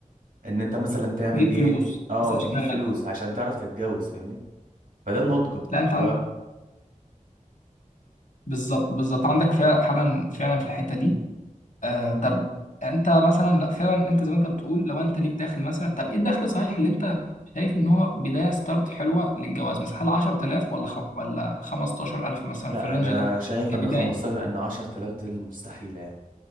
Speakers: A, on the right (about 90°); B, on the left (about 65°).
A: ان انت مثلا تعمل
B: تجيب
A: ايه
B: فلوس
A: اه
B: بس اشتغل
A: تجيب فلوس عشان تعرف تتجوز فاهمني فده النضج
B: لا انت
A: لا
B: عندك بالظبط بالظبط عندك فعلا فعلا فعلا في الحته دي آه طب انت مثلا لا فعلا انت زي ما انت بتقول لو انت ليك دخل مثلا طب ايه الدخل صحيح اللي انت شايف ان هو بدايه ستارت حلوه للجواز مثلا هل 10000 ولا خ... ولا 15000 مثلا
A: لا
B: في الرينج
A: انا
B: ده
A: شايف
B: كبدايه
A: ان 15 ان 10000 دول مستحيله يعني